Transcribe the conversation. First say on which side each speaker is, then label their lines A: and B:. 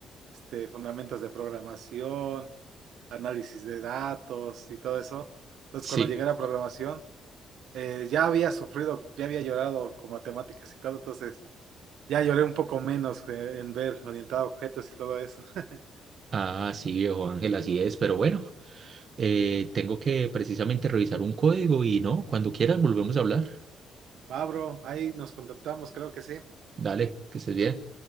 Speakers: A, on the right; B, on the right.
A: este, fundamentos de programación análisis de datos y todo eso. Entonces,
B: Sí,
A: cuando llegué a la programación, eh, ya había sufrido, ya había llorado con matemáticas y todo, entonces ya lloré un poco menos eh, en ver orientado a objetos y todo eso. <laughs>
B: ah, sí, viejo Ángel, así es, pero bueno, eh, tengo que precisamente revisar un código y no, cuando quieras volvemos a hablar.
A: Va, bro, ahí nos contactamos, creo que sí.
B: Dale, que estés bien.